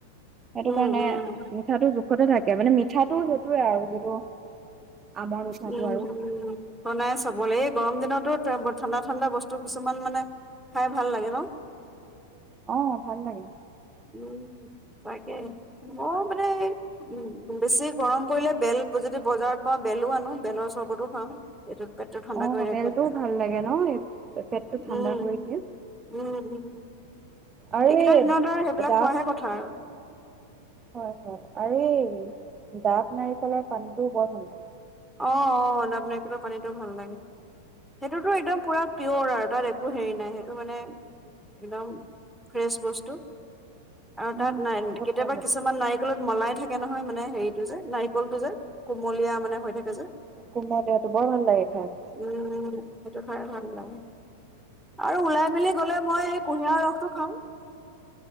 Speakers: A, on the right; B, in the centre.
A: সেইটো
B: উম
A: কাৰণে
B: উম উম
A: মিঠাটো জোখতে থাকে। মানে মিঠাটো ত এ আৰু যিটো আমৰ মিঠাটো
B: উম,
A: আৰু।
B: উম বনাই চবলে গৰম দিনতো ঠাণ্ডা, ঠাণ্ডা বস্তু কিছুমান মানে খাই ভাল লাগে ন।
A: অহ ভাল লাগে।
B: উম তাকে মই মানে উ বেছি গৰম পৰিলে বেল যদি বজাৰত পাওঁ বেলো আনো বেলৰ চৰ্বতো খাওঁ। এইটো পেটটো ঠাণ্ডা
A: অ
B: কৰি ৰাখে
A: বেলটোও
B: বেলৰ
A: ভাল লাগে ন। এই পেটটো ঠাণ্ডা
B: উম,
A: কৰি দিয়ে।
B: উম, উম।
A: আৰু
B: এইকেইটা
A: এই
B: দিনত আৰু এইবিলাক
A: ডাব
B: খোৱাহে কথা আৰু।
A: হয় হয় আৰু এই ডাৱ নাৰিকলৰ পানীটোও বৰ ভাল পে
B: অ অ ডাৱ নাৰিকলৰ পানীটো ভাল লাগে। সেইটোতো একদম পুৰা পিয়'ৰ আৰু তাত একো হেৰি নাই সেইটো মানে একদম ফ্ৰেছ বস্তু। আৰু
A: উম,
B: তাত ন
A: বহুত
B: কেতিয়াবা
A: ভাল লাগে
B: কিছুমান নাৰিকলত মলাই থাকে নহয় মানে হেৰিটো যে নাৰিকল টো যে কুমলীয়া মানে হৈ থাকে। যে
A: কুম ডাৱটো বৰ ভাল লাগে খায়।
B: উম, সেইটো খাই ভাল লাগে। আৰু ওলাই মেলি গলে মই এই কুঁহিয়াৰ ৰসটো খাওঁ।